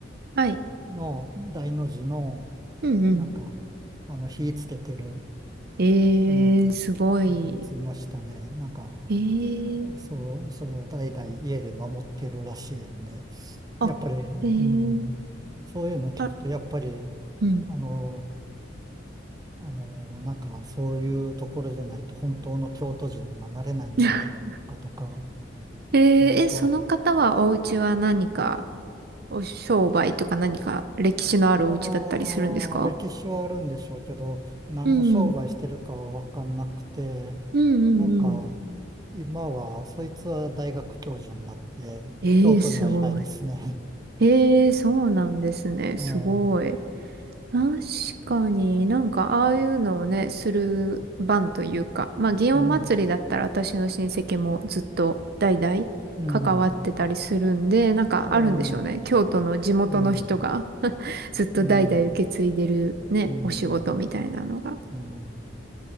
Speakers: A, on the right; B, on the right.
A: はい。
B: の大の字の、
A: うん、うん。
B: なんか、あの、火つけてる、
A: ええー、
B: うん、
A: すごい。
B: やついましたね。なんか、
A: ええー。
B: そう、それを代々家で守ってるらしいんで、
A: あ、
B: やっぱり、
A: ええー、
B: うん、そういうの聞くと、
A: あ、
B: やっぱり、
A: うん。
B: あのーあの、なんかそういうところでないと本当の京都人がなれないんじゃないだろうかとか、
A: <laughs> えーえ、
B: なんか、
A: その方はお家は何か、お商売とか何か歴史のあるお家だったりするんですか
B: あー歴史はあるんでしょうけど、何の商売してるかはわかんなくて、
A: うん。うんうんうん。
B: なんか今は、そいつは大学教授になって、
A: えー、
B: 京都にはいないですね。
A: すごい。ええー、そうなんですね。
B: <laughs>
A: すごい。
B: ええ、
A: 確かになんかああいうのをね、する番というか、まあ祇園祭だったら私の親戚もずっと代々関わってたりするんで、
B: うん、うん、
A: なんかあるんでしょうね。
B: ええ、
A: 京都の地元の人が
B: うん、
A: <laughs> ずっと代々受け継いでるね、
B: うん、うん、
A: お仕事みたいなのが。
B: うん。